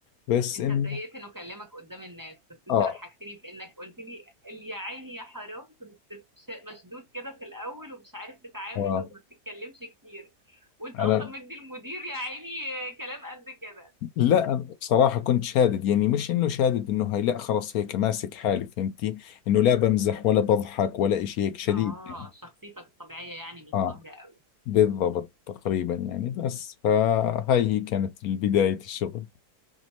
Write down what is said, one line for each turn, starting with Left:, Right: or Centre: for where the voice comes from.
Left: بس
Right: انت
Left: انه
Right: اتضايقت انه كلمك قدام الناس بس انت
Left: اه
Right: ضحكتني بانك قلت لي يا عيني يا حرام كنت ش- مشدود كده في الاول ومش عارف تتعامل
Left: اه
Right: وما بتتكلمش كتير وانت
Left: انا
Right: اصلا مدي المدير يا عيني كلام قد كده
Left: لا أنا بصراحة كنت شادد يعني مش انه شادد انه هاي لا خلص هيك ماسك حالي فهمتي انه لا بمزح ولا بضحك ولا اشي هيك شديد
Right: اه
Left: يعني
Right: شخصيتك الطبيعية يعني مش
Left: اه
Right: ظاهرة قوي
Left: بالضبط تقريبا يعني بس فهاي هي كانت بداية الشغل